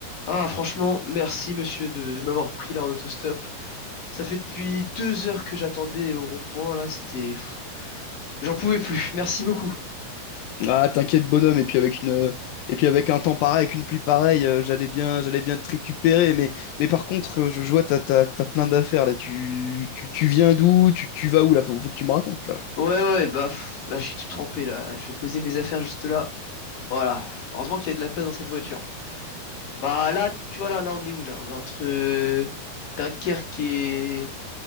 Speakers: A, on the left (about 60°); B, on the left (about 80°).
A: Ah, franchement, merci monsieur de, de m'avoir pris là en autostop. Ça fait depuis deux heures que j'attendais au rond-point là, c'était... pff, J'en pouvais plus, merci beaucoup.
B: Ah, t'inquiète, bonhomme, et puis avec une, et puis avec un temps pareil, avec une pluie pareille, euh, j'allais bien, j'allais bien te récupérer, mais, mais par contre, euh, je, je vois, t'as, t'as, t'as plein d'affaires, là, tu, tu, tu viens d'où, tu, tu vas où, là, faut, faut que tu me racontes, là.
A: Ouais, ouais, bah pff, là je suis tout trempé là, je vais poser mes affaires juste là. Voilà, Pff, heureusement qu'il y a de la place dans cette voiture. Bah là, tu vois là, là on est où là? On est entre euh, Dunkerque et,